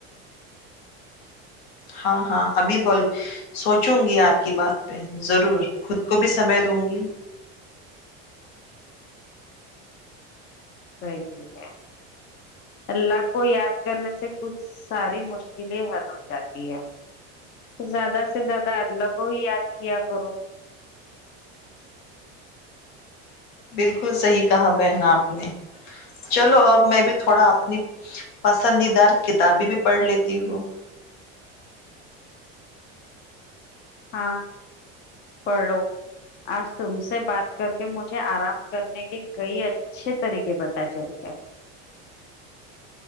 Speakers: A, on the left (about 80°); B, on the left (about 35°).
A: ہاں ہاں ابھی بول سوچوں گی آپ کی بات پہ ضرور خود کو بھی سمے دوں گی
B: صحی ہے اللہ کو یاد کرنے سے کچھ ساری مشکلیں حل ہو جاتی ہے زیادہ سے زیادہ اللہ کو ہی یاد کیا کرو
A: بالکل صحیح کہا بہن آپ نے چلو اب میں بھی تھوڑا اپنی پسندیدہ کتابیں بھی پڑھ لیتی ہوں
B: ہاں پڑھو آج تم سے بات کر کے مجھے آرام کرنے کے کئی اچھے طریقے پتا چل گئے